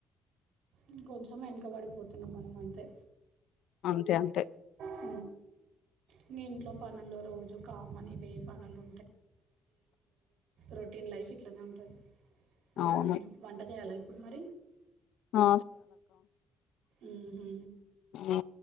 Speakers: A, on the right (about 85°); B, on the left (about 80°).
A: ఇంకొంచెం వెనకబడిపోతున్నం మనం అంతే
B: అంతే అంతే
A: ఆ ఇంగింట్లో పనుల్లో రోజు కామని వే పనులు రొటీన్ లైఫ్ ఇట్లనే ఉంటది మ్మ్
B: అవును
A: వంట జెయ్యాలా ఇప్పుడు మరి
B: ఆ
A: ఊహు
B: ఆ